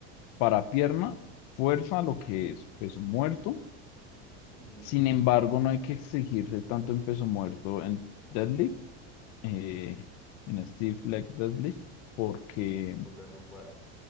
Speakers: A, on the left (about 50°); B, in the centre.
A: Para pierna, fuerza, lo que es peso muerto.
B: Ujú.
A: Sin embargo, no hay que exigirse tanto en peso muerto en deadlift, eh, en stiff leg deadlift, porque
B: Por la lumbar.